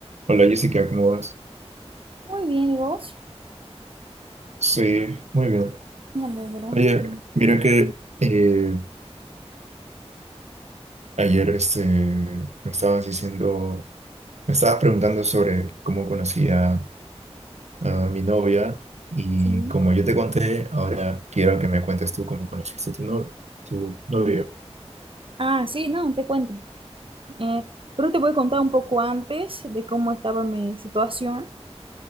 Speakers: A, on the right; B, on the right.
A: Hola Jessica, ¿cómo vas?
B: Muy bien, ¿y vos?
A: Sí, muy bien.
B: Me alegro,
A: Oye, mira que eh, ayer este, me estabas diciendo, me estabas preguntando sobre cómo conocía a, a mi novia y
B: sí.
A: como yo te conté, ahora quiero que me cuentes tú cómo conociste a tu, no, tu novia.
B: Ah, sí, no, te cuento. Eh, pero te voy a contar un poco antes de cómo estaba mi situación